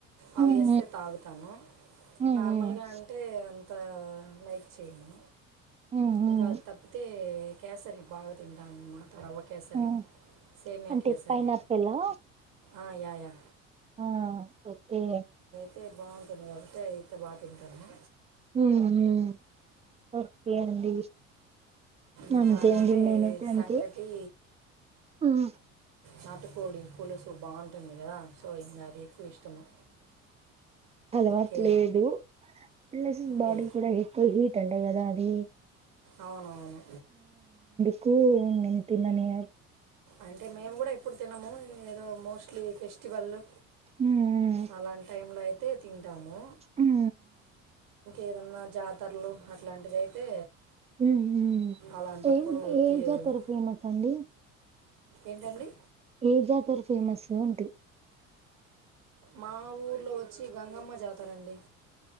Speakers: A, on the right; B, on the right.
A: అవి
B: మ్మ్
A: వేస్తే తాగుతాను
B: మ్మ్
A: నార్మల్గా
B: మ్మ్
A: అంటే అంత లైక్ చేను
B: మ్మ్ మ్మ్
A: ఇంక అది తప్పితే కేసరి బాగ తింటాను రవ కేసరి
B: మ్మ్
A: సేమ్యా
B: అంటే
A: కేసరి
B: పైనాపిలా
A: ఆ యా యా
B: ఆ ఏ
A: అయితే బాగుంటుంది గాబట్టి అయితే బాగా తింటాము
B: మ్మ్ మ్మ్ ఓకే అండి
A: ఇంకా
B: అంతే
A: అంటే
B: అండి నేనైతే అంతే
A: సంగటి
B: మ్మ్
A: నాటుకోడి పులుసు బాగు ఇదా సో ఇంగా అదే ఎక్కువ ఇష్టము
B: అలవాటు
A: ఓకే
B: లేదు ప్లస్
A: ఓకే
B: బాడీ కూడా ఎక్కువ హీట్ అంట గదా అది
A: అవునవును
B: క్కువ నేనేం తినను
A: అంటే మేము కూడా ఎప్పుడు తినము ఏదో మోస్ట్లీ ఫెస్ట్ స్టివల్లు
B: ఉమ్
A: అలాంటి టైం లో అయితే తింటాము
B: ఉమ్
A: ఏదన్నా జాతరలు అట్లాంటివి అయితే
B: ఉమ్
A: అలాంటప్పుడు
B: ఏం ఏ
A: తి-
B: జతర ఫేమస్ అండి
A: ఏంటండి
B: ఏజా తరు ఫేమస్సు అంటి
A: మా ఊర్లో వచ్చి గంగమ్మ జతారండి